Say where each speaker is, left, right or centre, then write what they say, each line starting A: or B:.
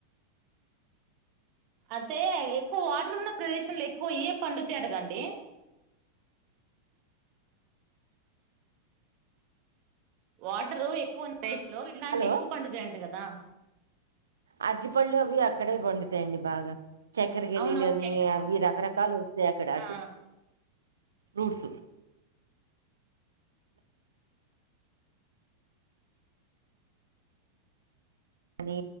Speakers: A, on the right (about 40°); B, on the right (about 70°).
A: అంటే ఎక్కువ వాటర్ ఉన్న ప్రదేశంలో ఎక్కువ అయ్యి పండుతై గ అండి వాటరు ఎక్కువ స్టేట్స్ లో ఇలాంటి
B: హలో
A: ఎక్కువ పండుతై అంట కదా
B: అరటిపళ్లు అవి అక్కడే పండుతాయండి బాగా చెక్కర గెలీలు
A: అవునవును
B: అని
A: చె
B: అవి రకార చలు సేకడా అటు
A: ఆ
B: ఫ్రూట్స్ అనీ